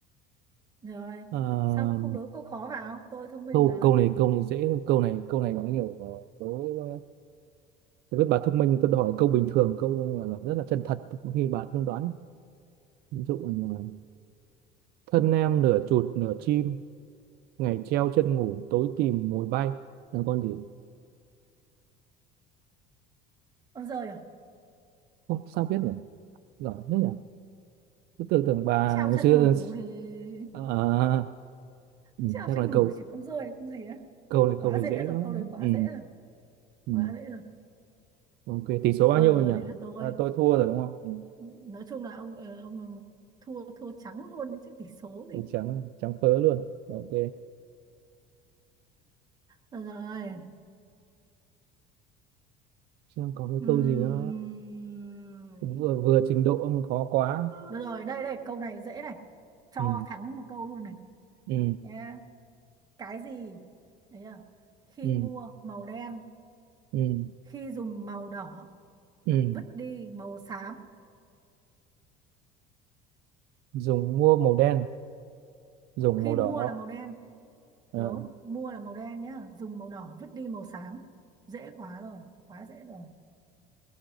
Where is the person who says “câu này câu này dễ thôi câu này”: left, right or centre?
Right